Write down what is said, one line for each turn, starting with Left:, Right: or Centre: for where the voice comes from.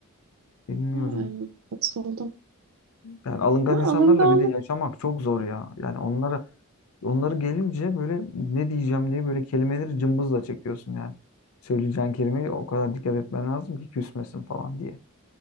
Left: Bilmiyorum.
Right: Yani katıldım.
Left: Yani alıngan
Right: Ya alınganlık.
Left: insanlarla bir de yaşamak çok zor ya. Yani onlara onları gelince böyle ne diyeceğim diye böyle kelimeleri cımbızla çekiyorsun yani. Söyleyeceğin kelimeyi o kadar dikkat etmen lazım ki küsmesin falan diye.